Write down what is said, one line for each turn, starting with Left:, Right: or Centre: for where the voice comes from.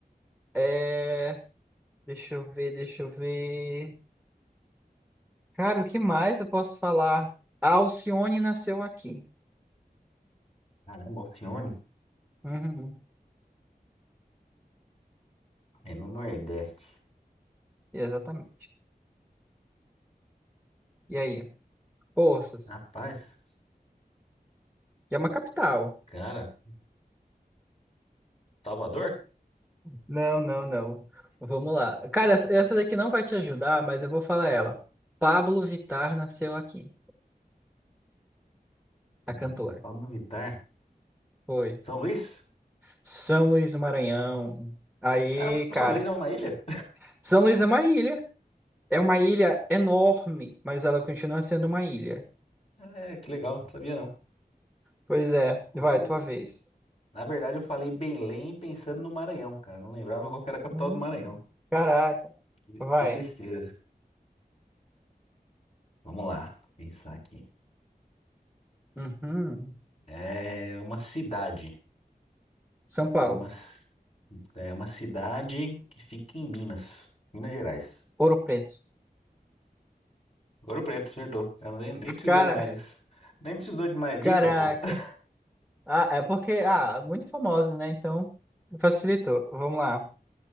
Centre: é... Deixa eu ver, deixa eu ver. Cara, o que mais eu posso falar? A Alcione nasceu aqui.
Left: Caramba, Alcione.
Centre: Uhum,
Left: É no Nordeste.
Centre: exatamente. E aí? Forças.
Left: Rapaz,
Centre: E é uma capital.
Left: cara, Salvador?
Centre: Não, não, não. Vamos lá. Cara, essa essa daqui não vai te ajudar, mas eu vou falar ela. Pablo Vittar nasceu aqui.
Left: Caramba,
Centre: A cantora.
Left: Pablo Vittar.
Centre: Foi.
Left: São Luís?
Centre: São Luís do Maranhão. Aí,
Left: Caramba,
Centre: cara.
Left: São Luís é uma ilha?
Centre: São Luís é uma ilha. É uma ilha enorme, mas ela continua sendo uma ilha.
Left: É, que legal, não sabia não.
Centre: Pois é,
Left: O-
Centre: vai, tua vez.
Left: Na verdade, eu falei Belém pensando no Maranhão, cara. Eu Não lembrava qual que era a capital
Centre: Hum,
Left: do Maranhão.
Centre: caraca,
Left: Que
Centre: vai.
Left: que tristeza. Vamos lá, pensar aqui.
Centre: Uhum.
Left: É uma cidade.
Centre: São Paulo,
Left: Uma... c- É uma cidade que fica em Minas, Minas Gerais.
Centre: Ouro Preto.
Left: Ouro Preto, acertou. Cara, Nem, nem precisou
Centre: Cara,
Left: de mais. Nem precisou de
Centre: <laughs>
Left: mais dica,
Centre: caraca.
Left: pô. <laughs>
Centre: Ah, é porque, ah, muito famosa, né? Então, facilitou. Vamos lá.